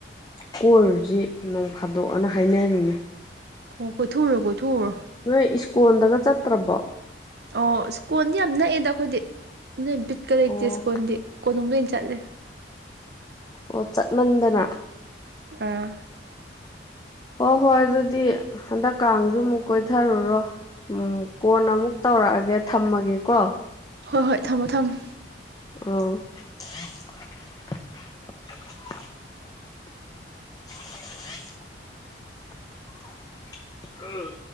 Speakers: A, on the left; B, on the right.
A: ꯀꯣꯢꯔꯨꯁꯤ ꯅꯣꯡ ꯐꯥꯗꯣꯛꯑꯅ ꯍꯥꯏꯅꯔꯤꯅꯦ
B: ꯑꯣ ꯀꯣꯏꯊꯣꯛꯎꯔꯣ ꯀꯣꯏꯊꯣꯛꯎꯔꯣ
A: ꯅꯣꯏ ꯏꯁꯀꯣꯟꯗꯒ ꯆꯠꯇ꯭ꯔꯕꯣ
B: ꯑꯣ ꯁ꯭ꯀꯣꯟꯗꯤ ꯌꯥꯝ ꯅꯛꯑꯦꯗ ꯑꯈꯣꯏꯗꯤ ꯑꯗꯨꯅ ꯕꯤꯠꯀ ꯂꯩꯇꯦ
A: ꯑꯣ
B: ꯁ꯭ꯀꯣꯟꯗꯤ ꯀꯣꯅꯨꯡꯗ ꯑꯣꯏꯅ ꯆꯠꯂꯦ
A: ꯑꯣꯛ ꯆꯠꯃꯟꯗꯅ
B: ꯑꯥ
A: ꯍꯣ ꯍꯣꯏ ꯑꯗꯨꯗꯤ ꯍꯟꯗꯛ ꯀꯥꯡꯁꯨ ꯑꯃꯨꯛ ꯀꯣꯏꯊꯔꯨꯔꯣ ꯎꯝ ꯀꯣꯟꯅ ꯑꯃꯨꯛ ꯇꯧꯔꯛꯑꯒꯦ ꯊꯝꯃꯒꯦꯀꯣ
B: ꯍꯣꯍꯣꯏ ꯊꯝꯃꯣ ꯊꯝꯃꯣ
A: ꯑꯧ <inaudible> <inaudible> <unintelligible>